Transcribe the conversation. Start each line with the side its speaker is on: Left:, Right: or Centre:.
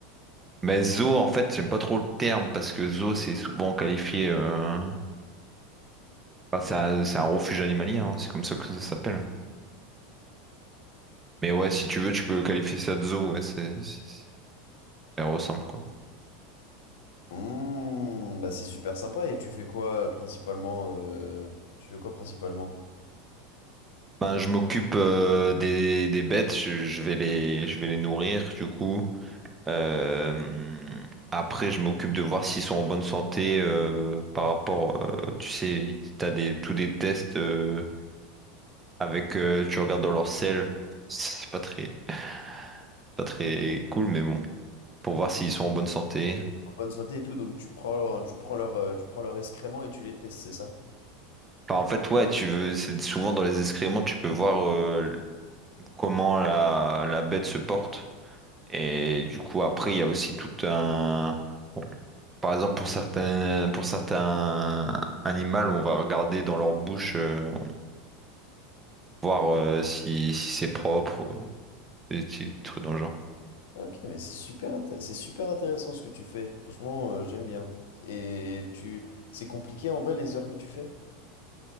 Right: Mais zoo, en fait, j'aime pas trop le terme parce que zoo, c'est souvent qualifié. euh, enfin, c'est un, c'est un refuge animalier, hein, c'est comme ça que ça s'appelle. Mais ouais, si tu veux, tu peux qualifier ça de zoo, ouais, c'est, c'est- ça ressemble, quoi.
Left: Mmh, bah, c'est super sympa. Et tu fais quoi euh, principalement? euh, Tu fais quoi principalement?
Right: Ben, je m'occupe euh, des, des bêtes, je, je vais les, je vais les nourrir, du coup. Euh, après, je m'occupe de voir s'ils sont en bonne santé euh, par rapport, euh, tu sais, t'as des tous des tests euh, avec, euh, tu regardes dans leur selle, c'est pas très, c'est pas très cool, mais bon, pour voir s'ils sont en bonne santé.
Left: En bonne santé et tout, donc tu prends leur, tu prends leur, euh, tu prends leur excrément et tu les testes, c'est ça?
Right: Enfin, en fait, ouais, tu veux, c'est souvent dans les excréments, tu peux voir euh, comment la, la bête se porte. Et du coup, après, il y a aussi tout un, Par exemple, pour certains, pour certains animaux, on va regarder dans leur bouche, euh, voir euh, si, si c'est propre, euh, des petits trucs dans le genre.
Left: Ok, mais c'est super, inté- c'est super intéressant ce que tu fais. Franchement, euh, j'aime bien. Et tu, c'est compliqué en vrai les heures que tu fais?